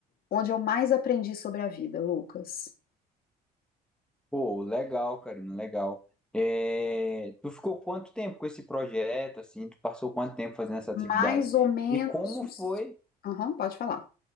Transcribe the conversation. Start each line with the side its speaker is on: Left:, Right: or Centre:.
Left: onde eu mais aprendi sobre a vida, Lucas.
Centre: Pô, legal, Karina, legal. É, tu ficou quanto tempo com esse projeto, assim? Tu passou quanto tempo fazendo essa atividade?
Left: Mais ou menos.
Centre: E como
Left: uns-
Centre: foi?
Left: Aham, pode falar.